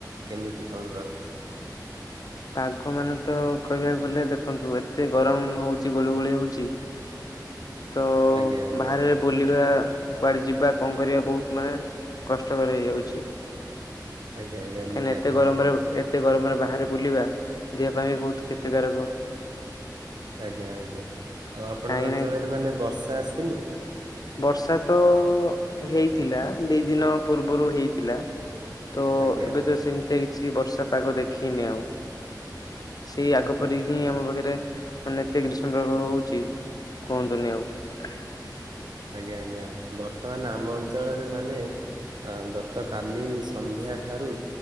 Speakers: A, on the right; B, on the left.
A: କେମିତି କଣ ରହିଛି।
B: ପାଗ ମାନେ ତ କହିବାକୁ ଗଲେ ଦେଖନ୍ତୁ ଏତେ ଗରମ ହଉଚି ଗୋଳି ଗୋଳି ହଉଛି। ତ
A: ଆଜ୍ଞା ଆଜ୍ଞା
B: ବାହାରେ ବୁଲିବା କୁଆଡେ ଯିବା କଣ କରିବା ବହୁତ ମାନେ କଷ୍ଟକର ହେଇଯାଉଛି।
A: ଆଜ୍ଞା ଆଜ୍ଞା
B: କାହିଁକ
A: ନିହାତି
B: ଏତେ ଗରମରେ
A: ଭାବରେ
B: ଏତେ ଗରମରେ ବାହାର ବାହାରେ ବୁଲିବା ଦେହ ପାଇଁ ବି ବହୁତ କ୍ଷତିକାରକ।
A: ଆଜ୍ଞା ଆଜ୍ଞା ଆଉ ଆପଣଙ୍କ
B: କାହିଁକି
A: ଅଞ୍ଚଳରେ
B: ନା
A: ମାନେ ବର୍ଷା ଆସିନି।
B: ବର୍ଷା ତ ହେଇଥିଲା ଦି ଦିନ ପୂର୍ବରୁ ହେଇଥିଲା। ତ
A: ଆଜ୍ଞା
B: ଏବେ
A: ଆଜ୍ଞା
B: ତ ସେମିତିଆ କିଛି ବର୍ଷା ପାଗ ଦେଖିନି ଆଉ ସେଇ ଆଗ
A: ଆଜ୍ଞା
B: ପରିକି ହିଁ ଆମ ଘର ପାଖରେ ମାନେ ଏତେ ଗ୍ରୀଷ୍ମ ପ୍ରଭାବ ହଉଛି କୁହନ୍ତୁନି ଆଉ <inaudible>
A: ଆଜ୍ଞା ଆଜ୍ଞା ବର୍ତ୍ତମାନ ଆମ ଅଞ୍ଚଳରେ ମାନେ ଅ ଗ ଗତ କାଲି ସନ୍ଧ୍ୟା ଠାରୁ